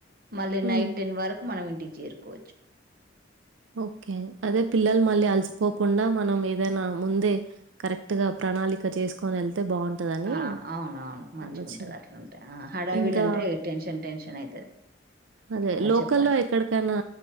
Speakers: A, on the right; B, on the right.
A: మళ్ళీ
B: హ్మ్.
A: నైట్ టెన్ వరకు మనం ఇన్ చేర్కోవచ్చు
B: ఓకే అదే పిల్లలు మళ్ళీ అలసిపోకుండా మనం ఏదైనా ముందే కరెక్ట్ గా ప్రణాళిక చేసుకొని వెళ్ తే బాగుంటందని
A: ఆ!
B: అని
A: అవునవును మంచిగా
B: ఆలోచన
A: ఉంటది అట్లుంటే హడావిడి
B: ఇంకా
A: అంటే టెన్షన్ టెన్షన్ అయితది
B: అదే
A: ఆ
B: లోకల్లో
A: చెప్పండి
B: ఎక్కడికైనా